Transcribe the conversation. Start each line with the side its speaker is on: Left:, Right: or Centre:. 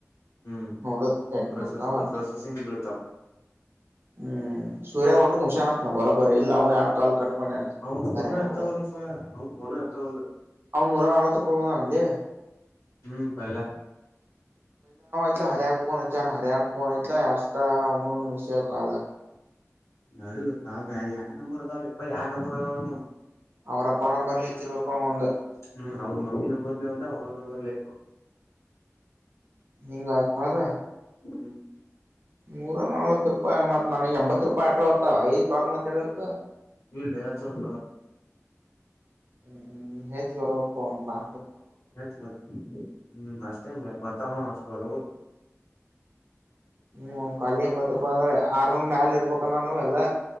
Left: ಹ್ಮ್
Right: ನೋಡು ಟ
Left: ಪ್ರೊಸೆಸಿಂಗ್
Right: ಬರ್ತ ವಟ್
Left: ಪ್ರೊಸೆಸಿಂಗ್ ಬೀಳ್ತಾವ
Right: ಹ್ಮ್ ಸೂರ್ಯ ಒಟ್ಟು ಮುಶ್ಯಾನತ್ನ ಬರೋಬರ ಇಲ್ಲ ಅವ ಯಾರ್ ಕಾಲ್ ಕಟ್ ಮಾಡ್ಯಾನ
Left: ಅವನ್
Right: ಹರ್ಯಾಣ
Left: ೋನ ಎತ್ತಾವಲ್ಲಪ್ಪ
Right: ಕೂಡ
Left: ಅವನ್ ಪೋನ ಎತ್ತಾವಲ್ಲ
Right: ಅವ್ನ್ ನೂರ ನಾಳತ್ರರ ಪಾನಾ ಇಲ್ಲಿಯ
Left: ಹ್ಮ್ ಪಹಲ
Right: ಇ ಹರಿ್ಯಕಕ್ಫೋನ್ ಹಚ್ಚೆ ಹರಿ್ಯಾಣ ಫೋನ್ ಇಲ ಯ ಎಡ್ಸ್ತ ಅವನು ಮಿಸ್ ಆ್ ಕಾಲಲ್ಲ
Left: ಯಾರ ಗೊತ್ತಾ ಬೇರೆ ಯಾರು ನಂಬರ್ ಇದಂದಾವ ಇಪ್ಪ ಯಾರು ನಂಬರ್ದಾವಣನು
Right: ಅವರ ಅಪ್ಪ ನಂಬರ್ ಹೆಚ್ಚಿಕ್ಕ ಅಂದ
Left: ಹ್ಮ್ ಅವನ್ ಮಮ್ಮಿ ನಂಬರ್ಲೆ ಒಂದಾ ಅವನ ನಂಬರ್ಲ್ಲ
Right: ಹಿಂಗ ಆತ್ನದ
Left: ಹ್ಮ್
Right: ನೂರ ನಲ್ವತ್ ರೂಪಾಯಿ ಮತ್ ನನಗೆ ಎಂಬತ್ ರೂಪಾಯಿ ಆಟ ಬರ್ತಾವ ಐದು ಕಾಲ್ ಮಬೇಕ
Left: ಇಲ್ಲ ಚಪ
Right: ಹ್ಮ್ ಹೆಚ್ ಬರ್ಪ್ಪಮ್ಮ
Left: ಹೆತ್ ಮಾಡ ಹ್ಮ್ ಅಷ್ಟೇ ಬರ್ತಾ ಹ ಅಷ್ಟು ಬರ್ದು
Right: ಹ್ಮ್ ಒಂದ ಕಾಲಿ ಎಂಬತ್ತು ರೂಪಾಯಿ ಅ ಆರ್ನೂರ ಮ್ಯಾಲ ಇರ್ಬೇಕಾನಾನು ಎಲ್ಲ